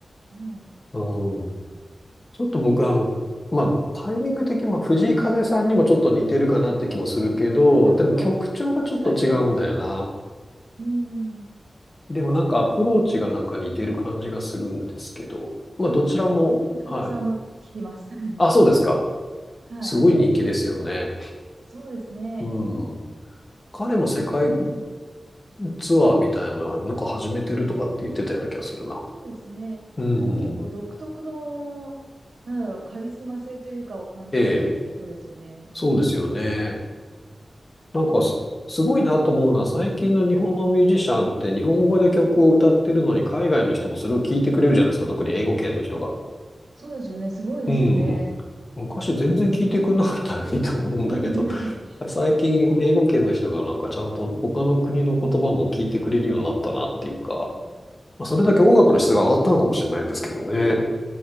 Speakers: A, on the right; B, on the left.
A: はい。
B: うん。ちょっと僕はあの、まあ、タイミング的に、まあ、藤井風さんにもちょっと似てるかなって気もするけど、
A: ああ、なるほど。
B: でも曲調がちょっと違うんだよな。
A: 確かに。うん。
B: でもなんかアプローチがなんか似てる感じがするんですけど、まあ、どちらも、
A: 藤井風さんも聞きます。
B: はい。
A: <laughs>
B: あ、そうですか。
A: はい。
B: すごい人気ですよね。
A: そうですね。
B: うん。彼も世界ツアーみたいなのなんか始めてるとかって言ってたような気がするな。
A: そうですね。
B: う
A: なんか結構独特の、
B: ん。
A: なんだろう、カリスマ性というかを感じる人ですよね。
B: ええ。そうですよね。なんかす、すごいなと思うのは、最近の日本のミュージシャンって日本語で曲を歌ってるのに、海外の人もそれを聞いてくれるじゃないですか。特に英語圏の人が。
A: そうですよね。すごいですよね。
B: うん。昔全然聞いてくれなかったのにと思うんだけど、
A: <laughs>
B: 最近英語圏の人がなんかちゃんと他の国の言葉も聞いてくれるようになったなっていうか、
A: うんうん
B: まあ、それだけ音楽の質が上がったのかもしれないですけどね。